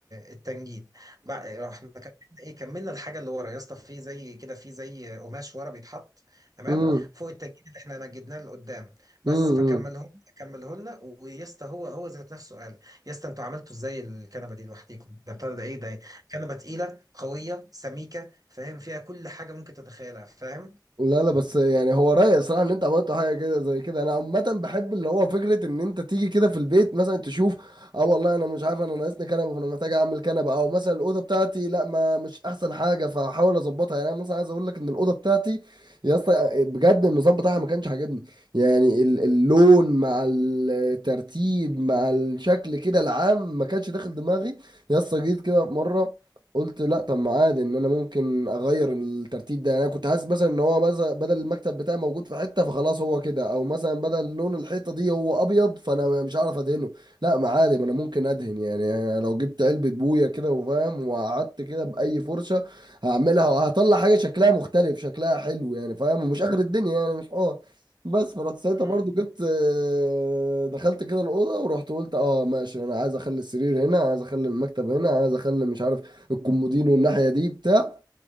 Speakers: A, on the right; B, on the right.
A: التنجيد بع- رحنا كملنا ايه كملنا الحاجة اللي ورا يا اسطى في زي كده في زي قماش ورا بيتحط تمام
B: امم
A: فوق التنجيد اللي احنا نجدناه لقدام بس
B: امم
A: فكمله كمله لنا ويا اسطى هو هو ذات نفسه قال يا اسطى انتوا عملتوا ازاي الكنبه دي لوحديكم ده بتاع ده ايه ده كنبه تقيله قويه سميكه فاهم فيها كل حاجه ممكن تتخيلها فاهم
B: لا لا بس يعني هو رايق صراحة ان انت عملت حاجة كده زي كده انا عامة بحب اللي هو فكرة ان انت تيجي كده في البيت مثلا تشوف اه والله انا مش عارف انا ناقصني كنبة فانا محتاج اعمل كنبة او مثلا الأوضة بتاعتي لا ما مش احسن حاجة فاحاول اظبطها يعني انا مثلا عايز اقول لك ان الأوضة بتاعتي يا اسطى آه، بجد النظام بتاعها ما كانش عاجبني يعني ال- اللون مع الترتيب مع الشكل كده العام ما كانش داخل دماغي يا اسطى جيت كده في مرة قلت لا طب ما عادي ان انا ممكن اغير الترتيب ده يعني انا كنت حاسس مثلا ان هو مثلا بدل المكتب بتاعي موجود في حته فخلاص هو كده او مثلا بدل لون الحيطه دي هو ابيض فانا مش هعرف ادهنه لا ما عادي ما انا ممكن ادهن يعني أنا لو جبت علبه بويه كده وفاهم وقعدت كده باي فرشه هعملها وهطلع حاجه شكلها مختلف شكلها حلو يعني فاهم ومش اخر الدنيا يعني مش حوار بس فرحت ساعتها
A: امم
B: برضو جبت آه، دخلت كده الاوضه ورحت قلت اه ماشي انا عايز اخلي السرير هنا عايز اخلي المكتب هنا عايز اخلي مش عارف الكومودينو والناحيه دي بتاع